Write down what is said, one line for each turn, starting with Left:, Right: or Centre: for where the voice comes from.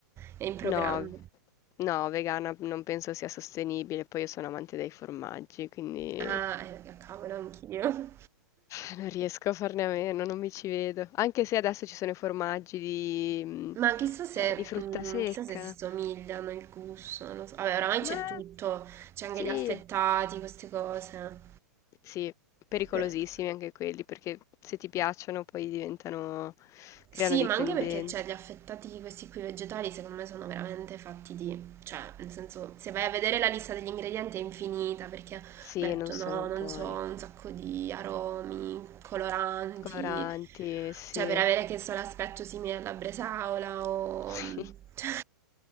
Right: è in programma?
Left: No, no, vegana non penso sia sostenibile, poi io sono amante dei formaggi, quindi...
Right: Ah, eh, cavolo, anch'io.
Left: Eh, Non riesco a farne a meno, non mi ci vedo. Anche se adesso ci sono i formaggi di, mhmm,
Right: Ma chissà se,
Left: ehm, di frutta
Right: mm,
Left: secca,
Right: chissà se si
Left: no?
Right: somigliano il gusto, non lo so. Vabbè, oramai c'è
Left: ma
Right: tutto, c'è anche
Left: sì,
Right: gli affettati, queste cose.
Left: sì, pericolosissimi
Right: Però-
Left: anche quelli, perché se ti piacciono poi diventano creano
Right: Sì,
Left: dipendenza.
Right: ma anche perché cioè, gli affettati, questi qui vegetali, secondo me sono veramente fatti di... Cioè, nel senso, se vai a vedere la lista degli ingredienti è infinita perché
Left: Sì,
Right: mettono,
Left: non sono
Right: non
Left: buoni.
Right: so, un sacco di aromi, coloranti,
Left: Coloranti, eh, sì,
Right: cioè per avere che so l'aspetto simile alla bresaola o...
Left: <laughs> sì.
Right: <laughs> cioè,